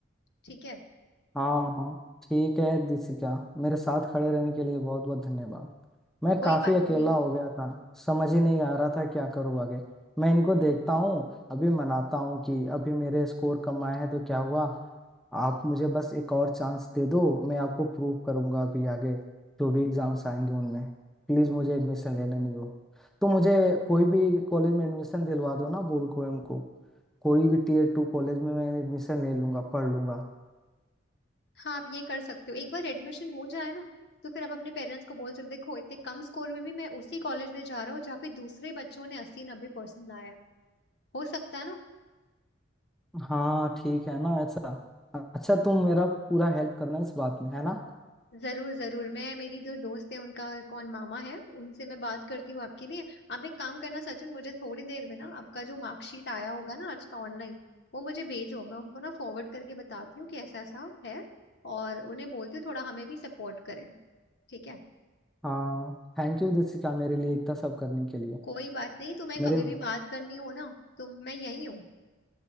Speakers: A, on the left (about 55°); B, in the centre.
A: ठीक है
B: हाँ हाँ ठीक है दिसिका मेरे साथ खड़े रहने के लिए बहुत बहुत धन्यवाद मैं
A: कोई
B: काफी
A: बात
B: अकेला
A: नहीं
B: हो गया था समझ ही नहीं आ रहा था क्या करूँ आगे मैं इनको देखता हूँ अभी मनाता हूँ कि अभी मेरे स्कोर कम आए हैं तो क्या हुआ आप मुझे बस एक और चांस दे दो मैं आपको प्रूव करूँगा अभी आगे जो भी एग्जाम्स आएंगे उनमें प्लीज मुझे एडमिशन ले लेने दो तो मुझे कोई भी कॉलेज में एडमिशन दिलवा दो ना बोल कोएम को इनको कोई भी टीयर टू कॉलेज में मैं एडमिशन ले लूंगा पढ़ लूंगा
A: हाँ आप ये कर सकते हो एक बार एडमिशन हो जाए ना तो फिर आप अपने पेरेंट्स को बोल सकते हो, देखो इतने कम स्कोर में भी मैं उसी कॉलेज में जा रहा हूँ जहाँ पे दूसरे बच्चों ने अस्सी नब्बे परसेंट लाया है हो सकता है ना
B: हाँ ठीक है ना ऐसा अच्छा तुम मेरा पूरा हेल्प करना इस बात में है ना
A: जरूर जरूर मैं मेरी जो दोस्त है उनका कौन मामा है उनसे मैं बात करती हूँ आपके लिए आप एक काम करना सचिन मुझे थोड़ी देर में ना आपका जो मार्कशीट आया होगा ना आज का ऑनलाइन वो मुझे भेजो मैं उनको ना फॉरवर्ड करके बताती हूँ कि ऐसा ऐसा है और उन्हें बोलती हूँ थोड़ा हमें भी सपोर्ट करें ठीक है
B: हाँ थैंक यू दिसिका मेरे लिए इतना सब करने के लिए
A: कोई बात नहीं तुम्हें कभी
B: मेरे
A: भी बात करनी हो ना तो मैं यही हूँ